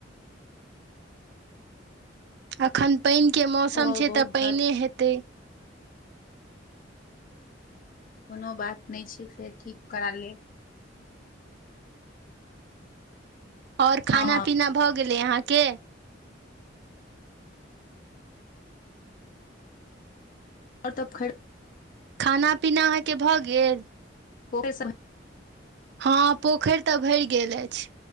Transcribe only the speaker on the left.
ओहो
बहुत
कोनो बात नहि छै, फेर ठीक करा लेब।
हँ हँ
आओ तब खर <unintelligible>
ओ <unintelligible>